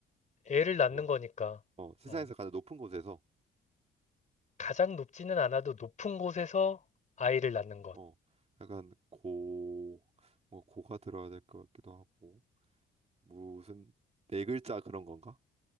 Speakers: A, on the left (about 40°); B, on the right (about 30°).
A: 애를 낳는
B: 뭐,
A: 거니까.
B: 어 세상에서
A: 어.
B: 가장 높은 곳에서
A: 가장 높지는 않아도 높은 곳에서 아이를 낳는 것.
B: 어, 약간 고, 뭐 고가 들어야 될 것 같기도 하고 무슨 네 글자 그런 건가?